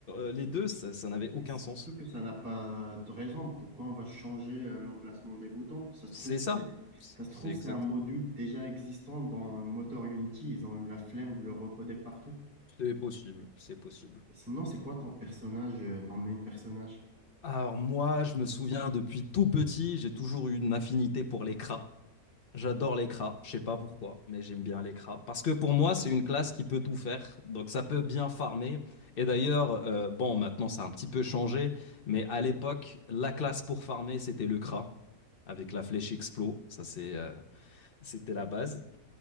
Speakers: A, on the left; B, on the right.
A: euh, les deux. Ça, ça n'avait aucun
B: Et surtout
A: sens.
B: que ça n'a pas de raison. Pourquoi on va changer euh, l'emplacement des boutons? Ça se
A: C'est
B: trouve,
A: ça.
B: c'est- ça se
A: C'est
B: trouve,
A: exact.
B: c'est un module déjà existant dans le moteur Unity. Ils ont eu la flemme de le recoder partout.
A: C'est possible. C'est possible.
B: Et sinon, c'est quoi ton personnage, euh, ton main personnage?
A: Alors moi, je me souviens depuis tout petit, j'ai toujours eu une affinité pour les cras. J'adore l'écra, je sais pas pourquoi, mais j'aime bien l'écra. Parce que pour moi, c'est une classe qui peut tout faire, donc ça peut bien farmer. Et d'ailleurs, euh, bon, maintenant ça a un petit peu changé, mais à l'époque, la classe pour farmer, c'était le cra, avec la flèche explo, ça c'est, euh, c'était la base.